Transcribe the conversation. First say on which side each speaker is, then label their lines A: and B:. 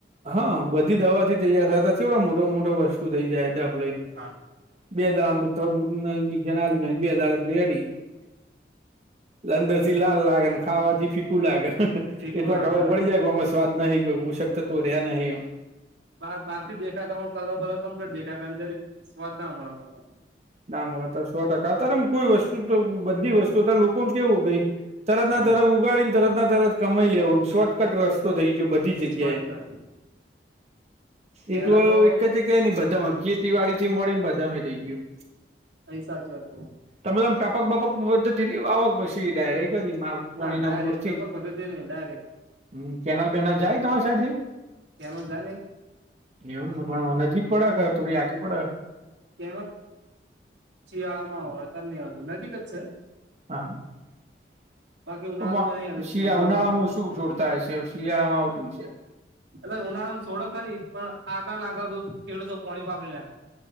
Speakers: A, on the right; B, on the right.
A: હા બધી દવાથી તૈયાર થતા છેવડા મોટો મોટો વસ્તુ થઈ જાય ડાફ લઈ
B: હા
A: બે દાડામાં જ્યું બે દાડા રેડી લંદરથી લાલ લાગે ખાવાથી ફીકુ લાગે એટલા
B: ઠીકું લાગે
A: ખાવા પળી જાય આમાં સ્વાદ નહીિ કોઈ પષક તવ રહ્યા નહીં
B: બ બહાર થી દેખાય તને કલર બલર કમ્પ્લીટ દેખાય અંદર સ્વાદ ના અ તને
A: ડ ઓ તો સો ટકા ત એમ કોઈ વસ્તુ બધી વસ્તુ હતા લોકો ન કેવું ભાઈ તરત
B: તમને
A: ના તરત ગાડીને તરત ના તરત કમાઈ લેવો શોર્ટકટ રસ્તો થઈ ગયો બધી જગ્યાએ
B: શોર્ટકટ પેલા
A: એકલો
B: તો
A: એક જ ક ન બધામાં ખેતીવાડી થી મળીને બધામે થઇ ગયું
B: અહી સાચી વાત
A: તમે તોમ ટાપક બાપક આવક પ ડાયરેક મા કોણીના
B: ના ડાયરેક્ટ
A: બૂર થી
B: ટપક
A: જ
B: પદ્ધતિ નહી ડાયરેક્ટ
A: હમ કેનાલ બેનાલ જાય તમારી સાઈડ થી
B: કેમાં ગમે
A: એવમ પણ નજીક પડે કે થોડી આગી પડે
B: કે શિયાળા માં આવે ત હતું નજીક જ છે
A: હાા
B: બાકી ઉનાળામાં
A: પપા
B: નહીં આવે
A: શિયા
B: શિયાળામાં
A: ઉનાળામાં શું છોડતા છે શિયાળામાં આવતું છે
B: એટ ઉનાળામાં છોડો ખરી પણ આગળ આગળ બધું ખેડૂતો પોણી વાપરી નાખે